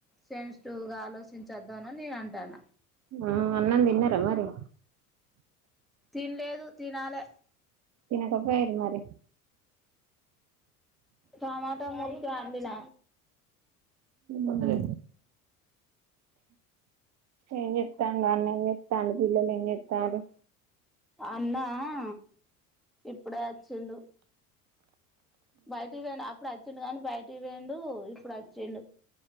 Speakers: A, in the centre; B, on the right.
A: సెన్సిటివ్ గా ఆలోచించొద్ద అని నేను అంటాన
B: ఆ అన్నం తిన్నార మరి
A: తిన్లేదు తినాలే
B: తినకపోయారు మరి
A: టమాటో ములకాయ అండిన
B: అ ఏం చెప్తాండి అన్న ఏం చెప్తాండు పిల్లలు ఏం చెస్తాండ్రు
A: అన్నా ఆ ఇప్పుడే అచ్చిండూ బయటికి పోయిండు అప్పుడు వచ్చిండు కానీ బయటికి పోయిండు ఇప్పుడు వచ్చిండు